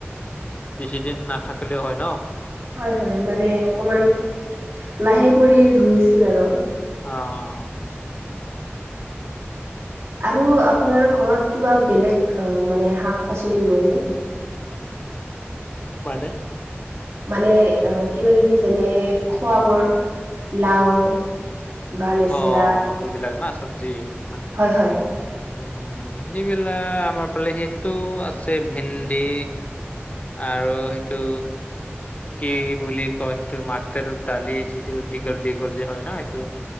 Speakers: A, on the left; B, on the right.
A: বেছিদিন নাথাকিলেও হয় ন?
B: হয় হয়, মানে অকমান লাহে কৰি ৰুইছিল আৰু।
A: অ অ অ।
B: আৰু আপোনাৰ ঘৰত কিবা বেলেগ মানে শাক পাচলি ৰুৱে নে?
A: মানে?
B: মানে আহ কিবা কিবি যেনে, খোৱা বোৰ লাও বা লেচেৰা
A: অ সেইবিলাক না চবজি মান
B: হয় হয়।
A: উম, সেইবিলাক আমাৰ ফালে সেইটো আছে ভেণ্ন্দি আৰু সেইটো কি বুলি কয় সেইটো মাতৰ দালি যিটো দীঘল দীঘল যে হয় ন এইটো